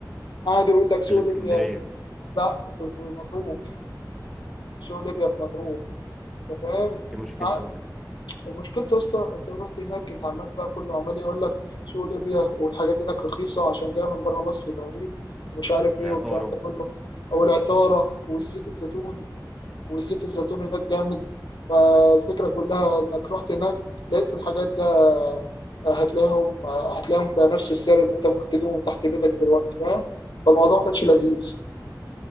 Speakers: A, on the left; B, in the centre.
A: قاعد يقول لك سوق
B: اللي في
A: ليبيا
B: اسكندرية
A: لا في في مطروح سوق ليبيا في مطروح انت فاهم
B: ايه مشكلته
A: قاعد- المشكلة يا اسطى انت رحت هناك انت عمال بقى كله عمال يقول لك سوق ليبيا والحاجات هناك رخيصة عشان جاية من بره مصر تقريبا ومش عارف
B: العطارة
A: ايه والكلام ده كله او العطارة والزيت الزيتون والزيت الزيتون هناك جامد فالفكرة كلها انك رحت هناك لقيت الحاجات دي هتلاقيهم هتلاقيهم بنفس السعر اللي انت ممكن تجيبه من تحت بيتك دلوقتي فاهم فالموضوع ما كانش لذيذ